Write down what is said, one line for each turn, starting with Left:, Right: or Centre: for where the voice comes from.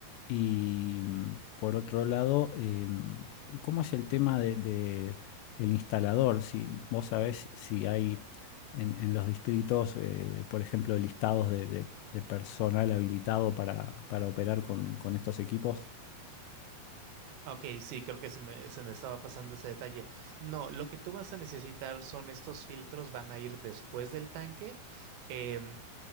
Left: y mm, por otro lado, em, ¿cómo es el tema de, de el instalador? Si vos sabés si hay en, en los distritos, eh, por ejemplo, listados de, de- de personal habilitado para, para operar con, con estos equipos.
Right: Ok, sí, creo que se me, se me estaba pasando ese detalle. No, lo que tú vas a necesitar son estos filtros, van a ir después del tanque. em,